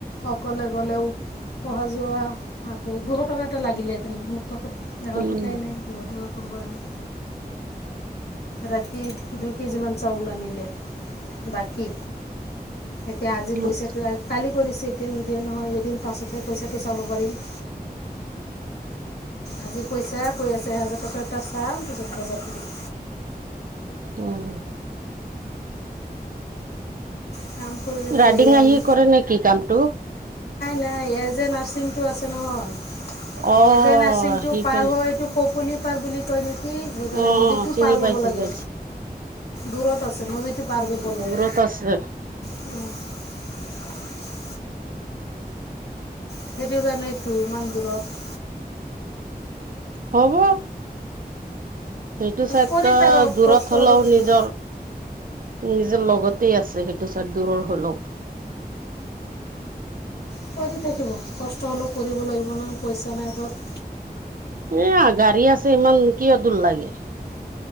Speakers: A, on the left (about 75°); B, on the right (about 60°).
A: অকলে গ'লেও অহা যোৱা আকৌ দুশ টকা এটা লাগিলেহেঁতেনে ট এশ
B: উম
A: টকাই নাই দুশ টকা কৰিব আনি ৰাতি দুই কেজি মান চাউল আনিলে বাকী এতিয়া আজি
B: উম
A: পইচাটো কালি কৰিছে এতিয়া নিদিয়ে নহয় এদিন পাছতহে পইচাটো চাব পাৰিম <inaudible> আজি পইচা কৈ আছে এহেজাৰ টকা এটা চাম পিছত বজাৰ কৰিম।
B: উম।
A: কাম কৰিবলে তো
B: ৰাইডিং
A: নাই
B: আহি কৰে নেকি কামটো
A: নাই এজ এ নাৰছিং এইটো আছে নহয়
B: অ
A: এজেন নাৰ্ছিং টো
B: সিফালে
A: পাৰ হৈ এইটো ককলি পাৰ্ক বুলি কয় কি গৈ পালে
B: অ
A: নদীটো
B: অ চিনি
A: পাৰ হ'ব
B: পাইছো
A: লাগে
B: পাইছো
A: দূৰত আছে নদীটো পাৰ কৰিব লাগে
B: দূৰত আছে
A: <unintelligible> সেইটো কাৰণেইটো ইমান দূৰত
B: হ'ব। সেইটো ছাইড
A: কৰি
B: ত
A: থাকক
B: দূৰত
A: কষ্ট
B: হ'লেও
A: কি
B: নিজৰ
A: কৰিব
B: নিজৰ লগতে আছে সেইটো চাইড দূৰৰ হ'লেও
A: কৰি থাকিব কষ্ট হ'লেও কৰিব লাগিব নহয় পইচা নাই হাতত।
B: এইয়া গাড়ী আছে ইমান কিয় দূৰ লাগে